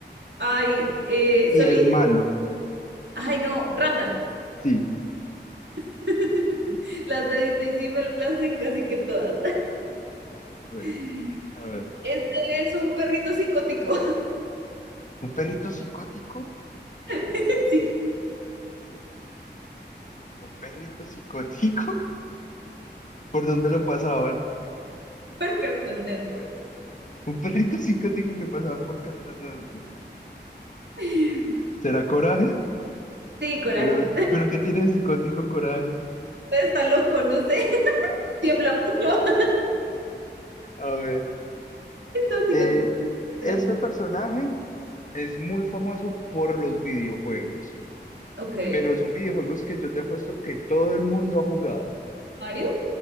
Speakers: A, on the right; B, on the left.
A: Ay, eh,
B: y
A: Solí.
B: es malo.
A: Ay, no, Randall.
B: Sí,
A: <laughs>
B: <laughs>
A: Las de Disney sí me las sé casi que todas.
B: bueno,
A: <laughs>
B: a ver.
A: Este es un perrito psicótico.
B: ¿Un perrito psicótico?
A: <laughs> Sí,
B: ¿Un perrito psicótico? <laughs> ¿Por dónde lo pasaban?
A: por Cartoon Network.
B: ¿Un perrito psicótico que pasaban por Cartagena? güey.
A: Sí,
B: ¿Será coraje?
A: coraje.
B: ¿Pero, pero qué tiene de psicótico coraje?
A: Está loco, no sé. <laughs> Tiembla mucho. <laughs>
B: A ver.
A: Está psicótico.
B: Eh, este
A: Coraje.
B: personaje es muy famoso por los videojuegos,
A: Ok.
B: pero son videojuegos que yo te apuesto que todo el mundo ha jugado.
A: ¿Mario?